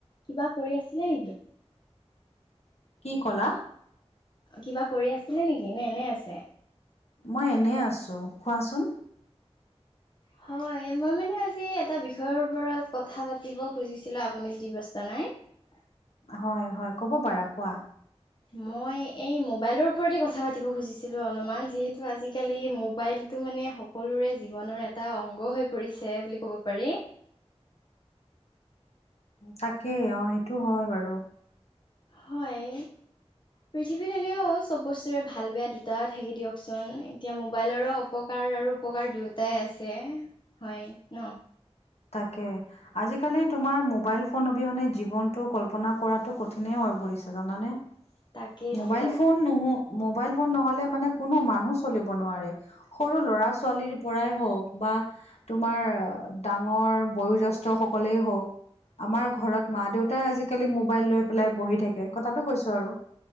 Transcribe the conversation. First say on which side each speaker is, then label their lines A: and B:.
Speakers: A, on the left; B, on the left.
A: কিবা কৰি আছিলে নেকি?
B: কি কলা?
A: কিবা কৰি আছিলে নেকি নে এনে আছে?
B: মই এনে আছোঁ কোৱাচোন?
A: হয় মই মানে আজি এটা বিষয়ৰ ওপৰত কথা পাতিব খুজিছিলো আপুনি যদি ব্যস্ত নাই? <unintelligible>
B: হয় হয় কব পাৰা কোৱা?
A: মই এই মোবাইলৰ ওপৰতে কথা পাতিব খুজিছিলো অলপমান যিহেতু আজিকালি মোবাইল টো মানে সকলোৰে জীৱনৰ এটা অংগ হৈ পৰিছে বুলি ক'ব পাৰি।
B: তাকেই অ সেইটো হয় বাৰু।
A: হয়। পৃথিৱীত এনেও চব বস্তুৰে ভাল বেয়া দুটা থাকি দিয়কচোন, এতিয়া মোবাইলৰো অপকাৰ আৰু উপকাৰ দুয়োটাই আছে হয় ন
B: তাকে আজিকালি তোমাৰ মোবাইল ফোন অবিহনে জীৱনটো কল্পনা কৰাটো কঠিনেই হৈ পৰিছে জানানে
A: তাকেইতো
B: মোবাইল ফোন ন মোবাইল ফোন নহ'লে মানে কোনো মানুহ চলিব নোৱাৰে সৰু ল'ৰা ছোৱালীৰ পৰাই হওক বা তোমাৰ ডাঙৰ বয়োজ্যেষ্ঠ সকলেই হওক আমাৰ ঘৰত মা দেউতাই আজিকালি মোবাইল লৈ পেলাই বহি থাকে কথাটো কৈছো আৰু